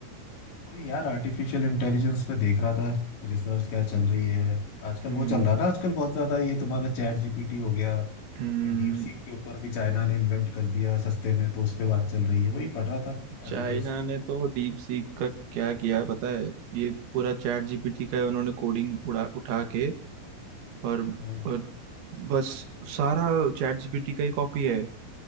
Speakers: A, on the left; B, on the right.
A: वही यार आर्टिफिशियल इंटेलिजेंस पे देख रहा था रिसर्च क्या चल रही है आजकल
B: हम्म
A: वो चल रहा है ना आजकल बहुत ज़्यादा ये तुम्हारा चैट जीपीटी हो गया
B: हम्म
A: फिर डीप सीक के ऊपर भी चाइना ने इन्वेंट कर दिया सस्ते में तो उस पर बात चल रही है वही पढ़ रहा था
B: चाइना
A: आर्टिकल्स
B: ने तो डीप सीक का क्या किया है पता है ये पूरा चैट जीपीटी का है उन्होंने कोडिंग उड़ा उठा के और
A: हाँ
B: और बस सारा चैट जीपीटी का ही कॉपी है